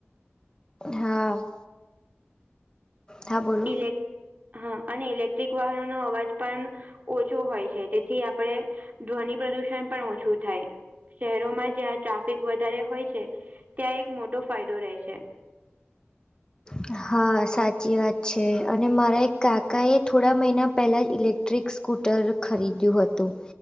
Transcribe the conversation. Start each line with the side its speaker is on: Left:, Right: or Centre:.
Left: હા હા બોલો.
Right: એલલે હા અને ઇલેક્ટ્રિક વાહનોનોો અવાજ પણ ઓછો હોય છે તેથી આપણે ધ્વનિ પ્રદુષણ પણ ઓછું થાય શહેરોમાં જ્યાં ટ્રાફિક વધારે હોય છે ત્યાં એક મોટો ફાયદો રહે છે.
Left: હાા હા સાચી વાત છે અને મારા એક કાકાએ થોડા મહિના પહેલાં જ ઇલેક્ટ્રિક્સ સ્કૂટર ખરીદ્યું હતું